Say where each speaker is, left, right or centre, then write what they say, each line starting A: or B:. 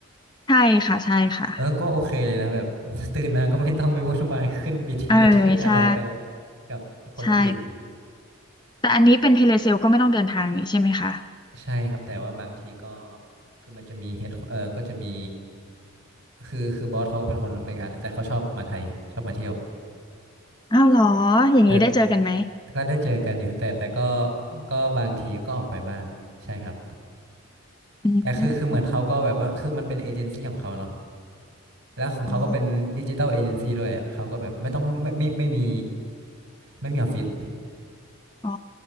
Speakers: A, on the left; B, on the right.
A: ใช่ค่ะใช่ค่ะ
B: เออก็โอเคเลยนะแบบ <laughs> ตื่นมาก็ไม่ต้องไปวุ่นวาย <laughs> ขึ้น BTS
A: เออใช่
B: ขึ้นอะไรไปกับคนอื่น
A: ใช่ แต่อันนี้เป็นเทเลเซลก็ไม่ต้องเดินทางนี่ใช่ไหมคะ
B: ใช่ครับแต่ว่าบางทีก็คือมันจะมีเฮดเออก็จะมีคือคือบอสเขาเป็นคนอเมริกาแต่เขาชอบมาไทยชอบมาเที่ยว
A: อ้าวเหรออย่างนี้ได้เจอกันไหม
B: แต่ก็ได้เจอกันอยู่แต่แต่ก็ก็บางทีก็ออกไปบ้างใช่ครับ
A: อืม
B: แต่คือคือเหมือนเขาก็แบบว่าคือมันเป็นเอเจนซี่ของเขาเนาะแล้วของเขาก็เป็นดิจิตอลเอเจนซี่ด้วยอะเขาก็แบบไม่ต้องไม่ไม่ไม่มี
A: อ๋อ
B: ไม่มีออฟฟิศ
A: อ๋อ